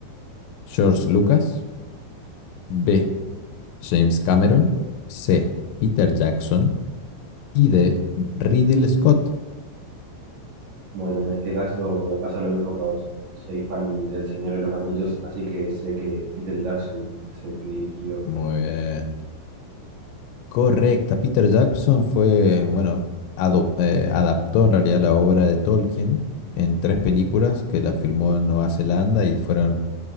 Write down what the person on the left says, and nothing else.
George Lucas. B. James Cameron. C. Peter Jackson. y de Ridley Scott.
Muy bien. Correcta. Peter Jackson fue, bueno, adop- eh, adaptó en realidad la obra de Tolkien en tres películas que la filmó en Nueva Zelanda y fueron